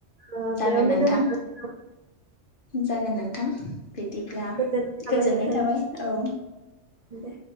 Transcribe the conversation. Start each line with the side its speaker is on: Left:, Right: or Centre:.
Right: ओ
Left: जागोन
Right: बेयावनो
Left: नोंथां
Right: दोनथ'नोसै नामा?
Left: जागोन नोंथां। बिदिब्ला
Right: गोजोननाय थाबाय
Left: गोजोननाय
Right: नोंथांनि
Left: थाबाय औ
Right: दे